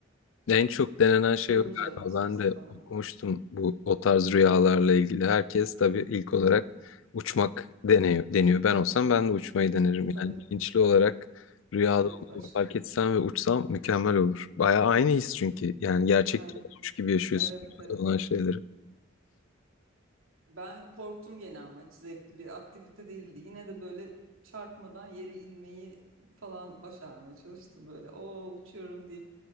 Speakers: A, on the left; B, on the right.
A: En çok denenen şey
B: Ölmeyeceğim
A: o galiba.
B: nasıl
A: Ben
B: olsa
A: de
B: falan.
A: okumuştum
B: diye.
A: bu o tarz rüyalarla ilgili. Herkes tabii ilk olarak uçmak deniyor, deniyor. Ben olsam ben de uçmayı denerim.
B: E tabii
A: Yani bilinçli olarak rüyada
B: evet
A: olduğumu
B: başka
A: fark etsem ve uçsam mükemmel olur. Bayağı aynı his çünkü. Yani gerçekten
B: aynen
A: olmuş gibi yaşıyorsun
B: evet
A: rüyada
B: evet.
A: olan şeyleri.
B: Ben korktum gene ama hiç zevkli bir aktivite değildi. Yine de böyle çarpmadan yere inmeyi falan başarmaya çalıştım böyle. O uçuyorum deyip